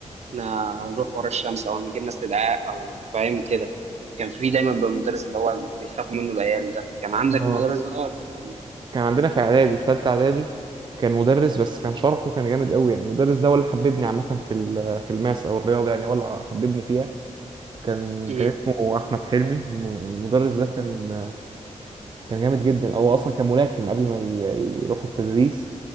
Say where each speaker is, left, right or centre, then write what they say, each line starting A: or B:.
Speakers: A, on the right; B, on the right.
A: إحنا نروح ورا الشمس أو نجيب ناس للدعاء أو فاهم كده كان في دايما بالمدرس اللي هو بيخاف منه العيال ده كان عندك
B: اه
A: المدرس ده ولا كان في-
B: كان عندنا في اعدادي في ثالثه اعدادي كان مدرس بس كان شرحه كان جامد قوي يعني المدرس ده هو اللي حببني عامه في ال- في الماس او الرياضه يعني هو اللي حببني فيها كان
A: امم
B: كان اسمه احمد حلمي الم- المدرس ده كان كان جامد جدا هو اصلا كان ملاكم قبل ما ي- يروح التدريس